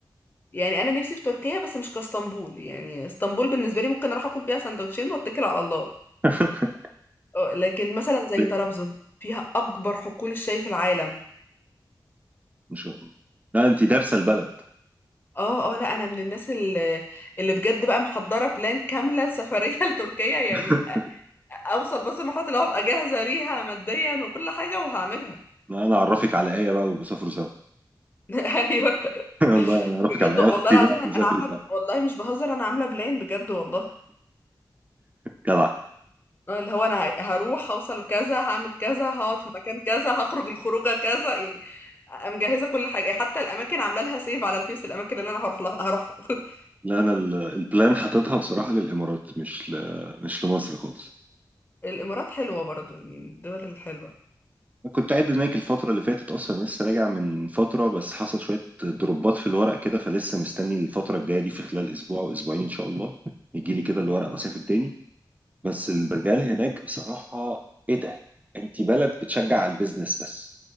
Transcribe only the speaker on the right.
<laughs>
إيه؟
مش لا انت دارسه البلد
<laughs>
لا انا اعرفك على ايه بقى وسافروا سوا
<laughs> والله انا اعرفك
على
ايه اختي
بقى
نسافر
سوا
جدع
لا انا ال- البلان حاططها بصراحه للامارات مش ل... مش لمصر خالص
كنت قاعد هناك الفترة اللي فاتت أصلا لسه راجع من فترة بس حصل شوية دروبات في الورق كده فلسه مستني الفترة الجاية دي في خلال أسبوع أو أسبوعين إن شاء الله يجي لي كده الورق وأسافر تاني بس البرجال هناك بصراحة إيه ده؟ أنت بلد بتشجع على البيزنس بس